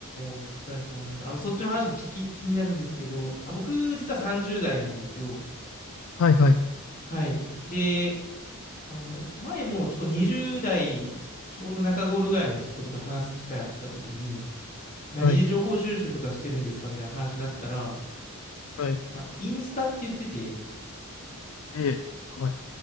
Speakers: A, on the left; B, on the left.
A: ー、お疲れ様です。あの、そっちの話も聞き、気になるんですけど、あ、僕、実は30代なんですよ。
B: はい、はい、
A: はい。で、あの、前もちょっと20代、ちょうど中頃ぐらいの人とかと話す機会あった時に、何で情報収集とかしてるんですかみたいな話になったら、
B: はい、はい、はい、
A: まあ、インスタって言ってて、
B: ええ、はい、